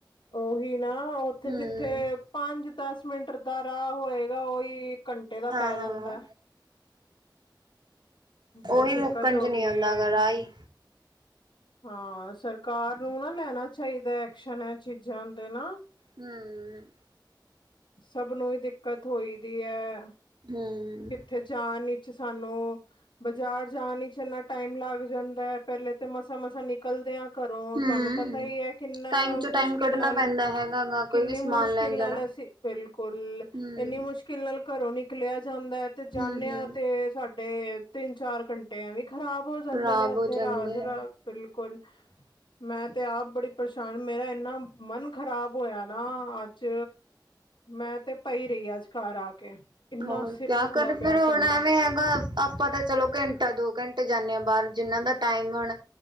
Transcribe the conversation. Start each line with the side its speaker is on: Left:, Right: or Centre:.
Left: ਉਹੀ ਨਾ, ਉੱਥੇ
Right: ਹੂੰ,
Left: ਜਿੱਥੇ ਪੰਜ ਦਸ। ਮਿੰਟ ਦਾ ਰਾਹ ਹੋਏਗਾ, ਉਹੀ ਘੰਟੇ ਦਾ
Right: ਹਾਂ-ਹਾਂ,
Left: ਪੈ ਜਾਂਦਾ। ਬਹੁਤ
Right: ਉਓਹੀ
Left: ਦਿੱਕਤ
Right: ਮੁੱਕਣ
Left: ਹੋ
Right: ਚ ਨਹੀਂੀ
Left: ਗਈ
Right: ਆਉਂਦਾਗਾ
Left: ਹੈ
Right: ਰਾਹੀ।
Left: ਹਾਂ ਸਰਕਾਰ ਨੂੰ ਨਾ ਲੈਣਾ ਚਾਹੀਦਾ ਐਕਸ਼ਨ, ਇਹ ਚੀਜ਼ਾਂ ਦੇ ਨਾ
Right: ਹਮ।
Left: ਸਭ ਨੂੰ ਹੀ ਦਿੱਕਤ, ਹੋਈ ਦੀ ਹੈ।
Right: ਹਮ।
Left: ਫੇਰ ਜਾਣ ਵਿੱਚ ਸਾਨੂੰ ਬਾਜ਼ਾਰ ਜਾਣ ਚ ਇੰਨਾ ਟਾਈਮ ਲੱਗ ਜਾਂਦਾ ਹੈ ਪਹਿਲੇ ਤੇ ਮਸਾਂ ਮਸਾਂ ਨ ਨਿਕਲਦਿਆਂ ਘਰੋਂ
Right: ਹੂੰ।
Left: ਤੁਹਾਨੂੰ ਪਤਾ ਹੀ ਹੈ ਕਿੰਨਾ
Right: ਟਾਈਮ ਚ ਟਾਈਮ
Left: ਮੁਸ਼ਕਿਲ
Right: ਕੱਢਣਾ
Left: ਨਾਲ
Right: ਪੈਂਦਾ ਹੈਗਾ ਗਾ ਕੋਈ
Left: ਕਿੰਨੀ
Right: ਵੀ ਸਮਾਨ
Left: ਮੁਸ਼ਕਿਲ
Right: ਲੈਣ ਜਾਣਾ।
Left: ਨਾਲ ਅਸੀਂ ਬਿਲਕੁਲ
Right: ਹੂੰ,
Left: ਇੰਨੀ ਮੁਸ਼ਕਿਲ ਕਿਲ ਨਾਲ ਘਰੋਂ ਨਿਕਲਿਆ ਜਾਂਦਾ ਹੈ ਤੇ ਜਾਂਨਿਆ
Right: ਹੂੰ-ਹੂੰ,
Left: ਤੇ ਸਾਡੇ ਤਿੰਨ ਚਾਰ ਘੰਟੇ ਐ ਵੀ ਖ਼ਰਾਬ ਹੋ ਜਾਂਦੇ
Right: ਖ਼ਰਾਬ
Left: ਨੇ ਉੱਥੇ
Right: ਹੋ ਜਾਂਦੇ
Left: ਰਾਜ
Right: ਆ।
Left: ਰਾ ਬਿਲਕੁਲ ਮੈਂ ਤੇ ਆਪ ਬੜੀ ਪਰੇਸ਼ਾਨ ਮੇਰਾ ਇਨਾ ਮਨ ਖ਼ਰਾਬ ਹੋਇਆ ਨਾ ਅੱਜ ਮੈਂ ਤੇ ਪਈ ਰਹੀ ਆ ਅੱਜ ਘਰ ਆ ਕੇ ਇੰਨਾ
Right: ਹੋਰ
Left: ਸਿਰ
Right: ਕਿਆ
Left: ਦੁਖਦਾ
Right: ਕਰ ਫਿਰ
Left: ਪਿਆ
Right: ਹੁਣ
Left: ਸੀ ਮੇਰਾ
Right: ਐਵੇਂ ਹੈਗਾ ਆਪਾਂ ਤਾਂ ਚਲੋ ਘੰਟਾ ਦੋ ਘੰਟੇ ਜਾਂਦੇ ਹਾਂ ਬਾਹਰ ਜਿੰਹਨਾਂ ਦਾ ਟਾਈਮ ਹੁਣ